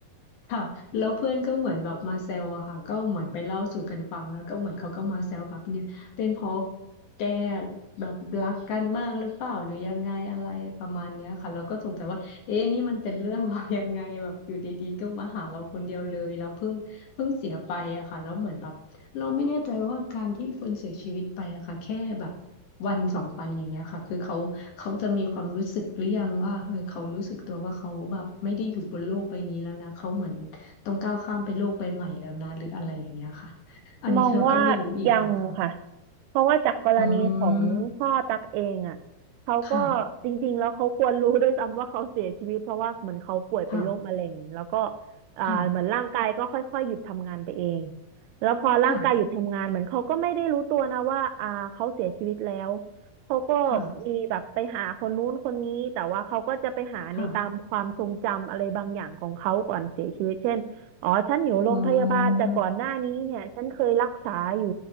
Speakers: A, on the left (about 65°); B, on the right (about 85°).
A: ค่ะแล้วเพื่อนก็เหมือนแบบมาแซวอะค่ะก็เหมือนไปเล่าสู่กันฟังแล้วก็เหมือนเขาก็มาแซวแบบเนี่ยเป็นเพราะแกแบบรักกันมากหรือเปล่าหรือยังไงอะไรประมาณเนี้ยค่ะเราก็สงสัยว่าเอ๊ะนี่มันเป็นเรื่อง <laughs> ว่ายังไงแบบอยู่ดีๆก็มาหาเราคนเดียวเลยแล้วเพิ่งเพิ่งเสียไปอะค่ะแล้วเหมือนแบบ เราไม่แน่ใจว่าการที่คนเสียชีวิตไปอะค่ะแค่แบบวันสองวันอย่างเงี้ยค่ะคือเขาเขาจะมีความรู้สึกหรือยังว่าเออเขารู้สึกตัวว่าเขาแบบไม่ได้อยู่บนโลกใบนี้แล้วนะเขาเหมือนต้องก้าวข้ามไปโลกใบใหม่แล้วนะหรืออะไรอย่างเงี้ยค่ะอันนี้เราก็ไม่รู้อีกนะคะ
B: มองว่ายังค่ะเพราะว่าจากกรณีของพ่อตักเองอ่ะเขาก็จริงๆแล้วเขาควรรู้ด้วยซ้ำว่าเขาเสียชีวิตเพราะว่าเหมือนเขาป่วยเป็นโรคมะเร็งแล้วก็
A: อ๋อค่ะค่ะ
B: อ่าเหมือนร่างกายก็ค่อยๆหยุดทำงานไปเอง
A: ค่ะ
B: แล้วพอร่างกายหยุดทำงานเหมือนเขาก็ไม่ได้รู้ตัวนะว่าอ่าเขาเสียชีวิตแล้ว
A: ค่ะ
B: เขาก็
A: ค่ะ
B: มีแบบไปหาคนนู้นคนนี้แต่ว่าเขาก็จะไปหาในตามความทรงจำอะไรบางอย่างของเขาก่อนเสียชีวิตเช่น
A: ค่ะ
B: อ๋อฉันอยู่โรงพยาบาลแต่ก่อนหน้านี้เนี่ยฉันเคยรักษาอยู่
A: อ๋อ